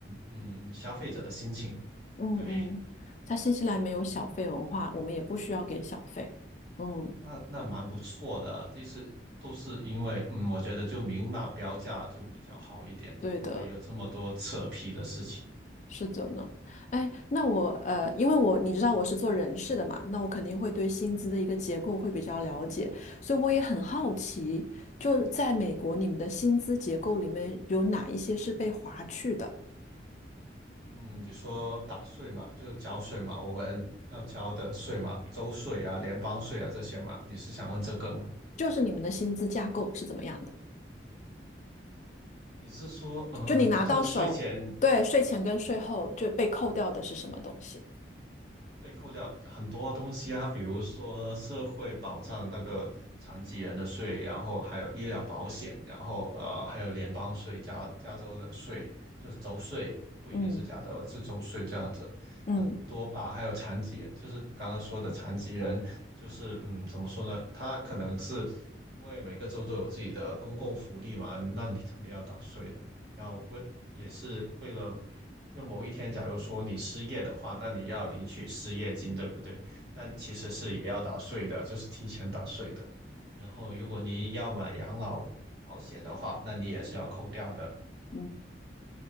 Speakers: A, on the right; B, on the left.
A: 嗯消费者的心情。
B: 嗯嗯，
A: 对，
B: 在新西兰没有小费文化，我们也不需要给小费。嗯，
A: <laughs> 那那蛮不错的，就是都是因为嗯，我觉得就明码标价就比较好一点，就不会有这么多扯皮的事情。
B: 对的，是的呢。哎，那我呃，因为我你知道我是做人事的嘛，那我肯定会对薪资的一个结构会比较了解，所以我也很好奇，就是在美国你们的薪资结构里面有哪一些是被划去的，
A: 嗯，你说打税嘛，就是交税嘛，我们要交的税嘛，州税啊、联邦税啊这些嘛，你是想问这个吗？
B: 就是你们的薪资架构是怎么样的？
A: 你是说，呃，
B: 就你拿到手，
A: 就是税前
B: 对，税前跟税后就被扣掉的是什么东西？
A: 被扣掉很多东西啊，比如说社会保障那个残疾人的税，然后还有医疗保险，然后呃还有联邦税、加加州的税，就是州税，不一定是加州，
B: 嗯
A: 是州税这样子，
B: 嗯
A: 很多吧。还有残疾人，就是刚刚说的残疾人，就是嗯怎么说呢？他可能是因为每个州都有自己的公共福利嘛，那你肯定要打税的。要为也是为了，那某一天假如说你失业的话，那你要领取失业金，对不对？那其实是也要打税的，就是提前打税的。然后如果你要买养老保险的话，那你也是要扣掉的。
B: 嗯